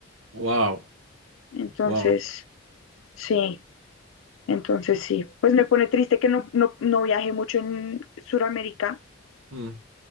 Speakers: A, on the right (about 80°); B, on the left (about 75°).
A: ¡Wow!
B: Entonces,
A: ¡Wow!
B: sí, entonces sí. Pues me pone triste que no, no, no viaje mucho en Sudamérica,
A: Mm,